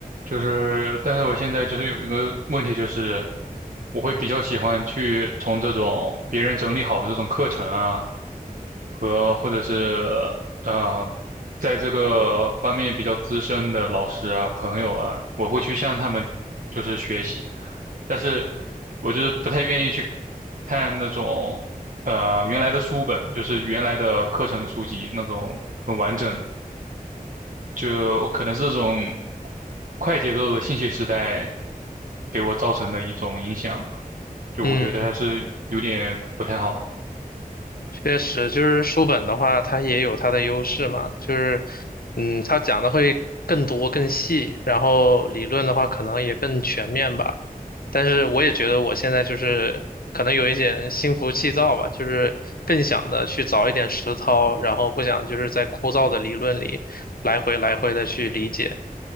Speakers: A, on the right; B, on the left.
A: 就是，但是我现在就是有一个问题，就是我会比较喜欢去从这种别人整理好的这种课程啊，和或者是呃，在这个方面比较资深的老师啊、朋友啊，我会去向他们就是学习，但是我就是不太愿意去看那种呃原来的书本，就是原来的课程的书籍那种很完整的。就可能是这种快节奏的信息时代给我造成的一种影响吧，就我觉得还是有点不太好的。
B: 嗯，确实，就是书本的话，它也有它的优势嘛，就是，嗯，它讲的会更多更细，然后理论的话可能也更全面吧。但是我也觉得我现在就是可能有一点心浮气躁吧，就是更想的去早一点实操，然后不想就是在枯燥的理论里来回来回的去理解。